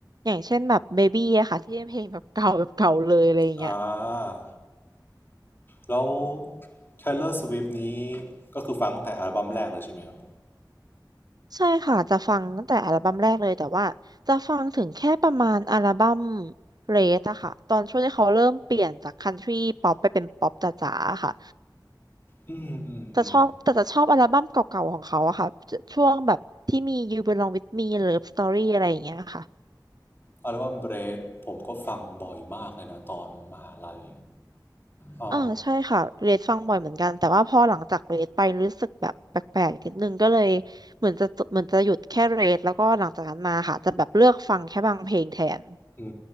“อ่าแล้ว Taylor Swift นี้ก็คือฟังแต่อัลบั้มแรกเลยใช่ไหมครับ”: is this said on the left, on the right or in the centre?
Left